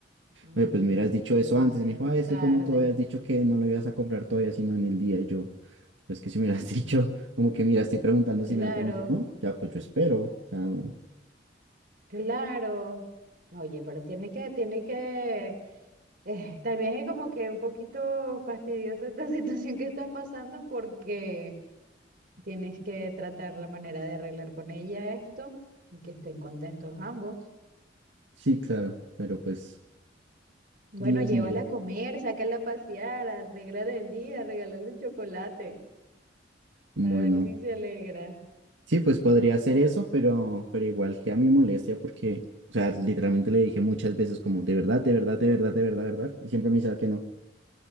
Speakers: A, on the right; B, on the right.
A: mm,
B: "Oye, pues me hubieras dicho
A: Demasiado
B: eso antes. Y me dijo, "Ay, es
A: tarde.
B: que como tú habías dicho que no lo ibas a comprar todavía, sino en el día. Y yo, pues que si me hubieras <laughs>
A: Mm.
B: dicho como que, mira, estoy preguntando
A: Claro,
B: si me dan permiso o no, ya pues yo espero. O sea, no".
A: claro. Oye, pero tiene que, tiene que, eh, tal vez es como que un poquito fastidiosa esta <laughs> situación que estás pasando porque tienes que tratar la manera de arreglar con ella esto y que estén contentos ambos.
B: sí, claro, pero pues,
A: Bueno,
B: Dios
A: llévala
B: mío,
A: a comer, sácala a pasear, arreglarle el día, regalarle un chocolate,
B: bueno.
A: a ver si se alegra.
B: Sí, pues podría hacer eso, pero, pero igual que a mi molestia, porque, o sea, literalmente le dije muchas veces como, de verdad, de verdad, de verdad, de verdad, verdad, y siempre me decía que no.